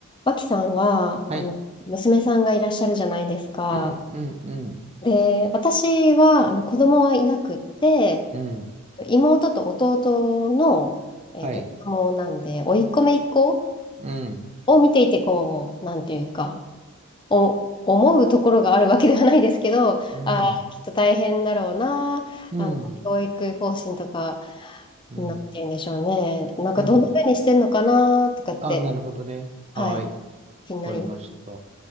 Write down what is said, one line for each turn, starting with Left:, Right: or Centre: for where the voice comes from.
Left: 脇さんは、
Right: はい。
Left: あの、娘さんがいらっしゃるじゃないですか。
Right: うん、うん、うん、
Left: で、私は、あの、子供はいなくって、
Right: うん。
Left: 妹と弟の、えっと、
Right: はい。
Left: 子供なんで、甥っ子姪っ子
Right: うん、
Left: を見ていて、こう、なんていうか、お、思うところがあるわけではないですけど、
Right: うん、
Left: あー、きっと大変だろうな、
Right: うん、
Left: あの、教育方針とか、
Right: うん、
Left: なんて言うんでしょうね。なんか、
Right: うん。
Left: どんな風にしてんのかな、とかって、
Right: あ、なるほどね。
Left: はい、
Right: はい。
Left: 気になります。
Right: わかりました。